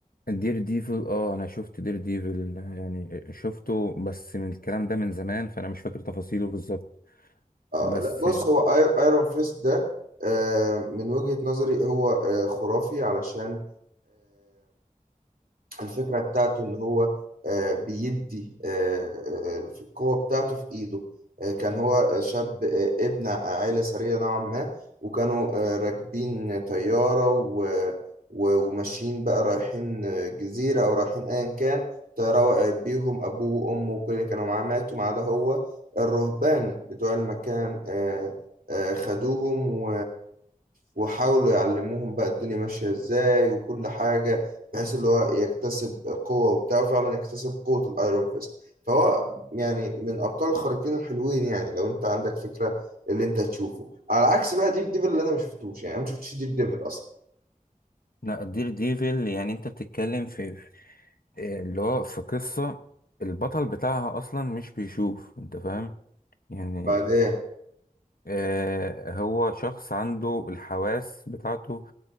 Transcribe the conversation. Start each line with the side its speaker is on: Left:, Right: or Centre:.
Left: دير ديفل اه انا شفت دير ديفل يعني شفته بس من الكلام ده من زمان فانا مش فاكر تفاصيله بالظبط
Right: اه
Left: بس
Right: لا بص هو آير- ايرون فيست ده آه من وجهة نظري هو آه خرافي علشان الفكرة بتاعته إن هو آه، بيدي آه، آه، القوة بتاعته في إيده آه، كان هو آه، شاب آه، ابن عائلة ثرية نوعا ما وكانوا آه، راكبين طيارة و- و- وماشيين بقى رايحين آه، جزيرة أو رايحين أيا كان طيارة وقعت بيهم أبوه وأمه وكل اللي كانوا معاه ماتوا ما عدا هو الرهبان بتوع المكان آه، آه، خدوهم وحاولوا يعلموهم بقى الدنيا ماشية ازاي وكل حاجة بحيث اللي هو يكتسب قوة وبتاع وفعلا يكتسب قوة الايرون فيست فهو يعني من ابطال الخارقين الحلوين يعني لو انت عندك فكرة اللي انت هتشوفه على عكس بقى دير ديفل اللي انا ما شفتوش يعني انا ما شفتش دير ديفل اصلا
Left: لا دير ديفل يعني انت بتتكلم في في- اللي هو في قصة البطل بتاعها اصلا مش بيشوف انت فاهم يعني
Right: بعدين
Left: آه، هو شخص عنده الحواس بتاعته